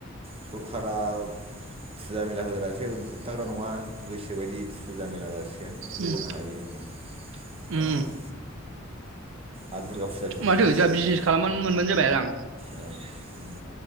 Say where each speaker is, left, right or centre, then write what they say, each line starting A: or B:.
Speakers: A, on the right; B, on the right.
A: सरखारारा फुजा मेला होग्रासो होबथाग्रा नङा गोसोबायदि फुजा मेला जासि होनो
B: उम
A: हायो जोङो बेयाव
B: उम
A: नङा। आरो दुर्गा फुजा सफैथारसैलाय
B: माथो जोंहा बिजनेस
A: नै
B: खालामनानै मोनबानो जाबाय रां।
A: औ उम